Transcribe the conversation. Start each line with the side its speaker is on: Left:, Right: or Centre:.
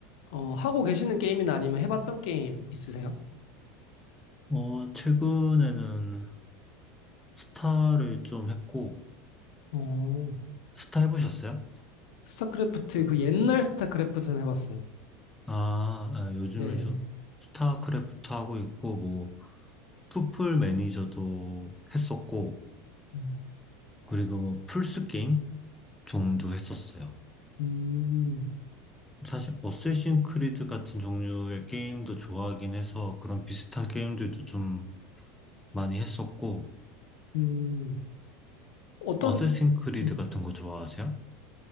Left: 어, 하고 계시는 게임이나 아니면 해봤던 게임 있으세요?
Centre: 어, 최근에는 스타를 좀 했고,
Left: 어,
Centre: 스타 해보셨어요?
Left: 스타크래프트, 그 옛날 스타크래프트는 해봤어요.
Centre: 아, 아, 요즘에
Left: 네.
Centre: 좀 스타크래프트 하고 있고, 뭐, 풋풀 매니저도 했었고,
Left: 음,
Centre: 그리고 뭐, 플스 게임 정도 했었어요.
Left: 음,
Centre: 사실, 어쌔신 크리드 같은 종류의 게임도 좋아하긴 해서, 그런 비슷한 게임들도 좀 많이 했었고,
Left: 음. 어떤,
Centre: 어쌔신 크리드
Left: 음,
Centre: 같은 거 좋아하세요?